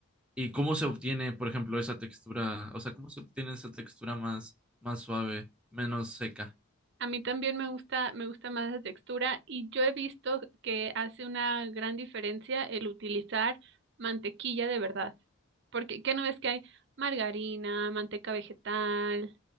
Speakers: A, in the centre; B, on the right (about 50°).
A: y cómo se obtiene, por ejemplo, esa textura? O sea, ¿cómo se obtiene esa textura más, más suave, menos seca?
B: A mí también me gusta, me gusta más la textura y yo he visto que hace una gran diferencia el utilizar mantequilla de verdad. Porque, ¿qué no ves que hay margarina, manteca vegetal,